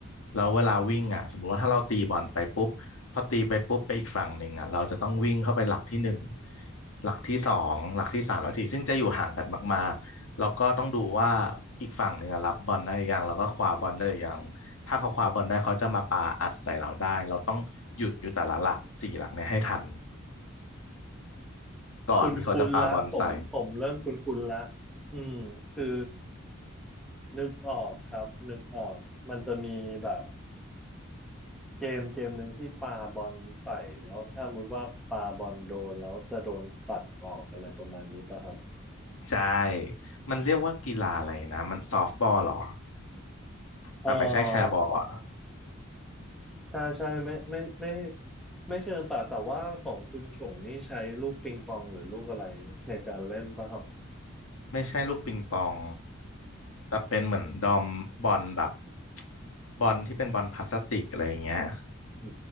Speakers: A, on the left; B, in the centre.
A: แล้วเวลาวิ่งอ่ะสมมุติว่าถ้าเราตีบอลไปปุ๊บพอตีไปปุ๊บไปอีกฝั่งหนึ่งอ่ะเราจะต้องวิ่งเข้าไปหลักที่หนึ่งหลักที่สองหลักที่สามหลักที่สี่ซึ่งจะอยู่ห่างกันมากๆแล้วก็ต้องดูว่าอีกฝั่งหนึ่งอะรับบอลได้หรือยังแล้วก็คว้าบอลได้หรือยังถ้าเขาคว้าบอลได้เขาจะมาปาอัดใส่เราได้เราต้องหยุดอยู่แต่ละหลักสี่หลักเนี่ยให้ทันก่อนที่เขาจะปาบอลใส่
B: คุณคุณละผมผมเริ่มคุณคุณละอืมคือนึกออกครับนึกออกมันจะมีแบบเกมเกมหนึ่งที่ปาบอลใส่แล้วถ้าสมมติว่าปาบอลโดนแล้วจะโดนตัดออกอะไรประมาณนี้ป่ะครับ
A: ใช่ มันเรียกว่ากีฬาอะไรนะ มันซอฟต์บอลเหรอ
B: เออ
A: แต่ไม่ใช่แชร์บอลอ่ะ
B: ใช่ใช่ไม่ไม่ไม่ไม่เชิงตัดแต่ว่าของคุณฉงนี่ใช้ลูกปิงปองหรือลูกอะไรในการเล่นป่ะครับ
A: ไม่ใช่ลูกปิงปอง แต่เป็นเหมือนดอมบอลแบบบอลที่เป็นบอลพลาสติกอะไรอย่างเงี้ย
B: อื